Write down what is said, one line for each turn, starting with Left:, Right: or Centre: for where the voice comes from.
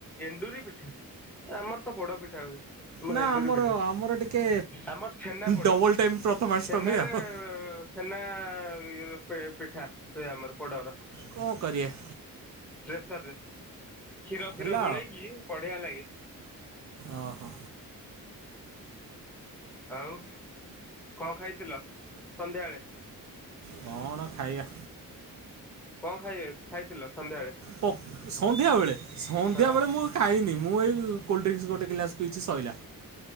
Centre: ଏଣ୍ଡୁରି ପିଠା। ଆମର ତ ପୋଡ ପିଠା ହୁଏ, ତୁମର
Right: ନା
Centre: ଏଣ୍ଡୁରି
Right: ଆମର
Centre: ପିଠା
Right: ଆମର ଟିକେ
Centre: ଆମର ଛେନା ପୋଡ
Right: ଡବଲ ଟାଇମ୍ ପ୍ରଥମାଷ୍ଟମୀ
Centre: ଛେନା ରେ
Right: ଆଉ
Centre: ଛେନା ନା ପେ ପିଠା ହୁଏ ଆମର ପୋଡର।
Right: କଣ କରିବା!
Centre: ପ୍ରେସର୍ ରେ କ୍ଷୀର
Right: ହେଲା
Centre: ଫୀର ଗୋଳେଇକି ବଢିଆ ଲାଗେ।
Right: ଓ ହୋ।
Centre: ଆଉ। କଣ ଖାଇଥିଲ ସନ୍ଧ୍ୟାବେଳେ?
Right: କଣ ଖାଇବା?
Centre: କଣ ଖାଇ ଖାଇଜ ଖାଇଥିଲ? ସନ୍ଧ୍ୟାବେଳେ
Right: ପ ସନ୍ଧ୍ୟା ବେଳେ ସନ୍ଧ୍ୟା
Centre: ହଁ
Right: ବେଳେ ମୁଁ ଖାଇନି ମୁଁ ଏଇ। କୋଲ୍ଡ ଡ୍ରିଙ୍କସ ଗୋଟେ ଗିଲାସ ପିଇଛି ସଇିଲା।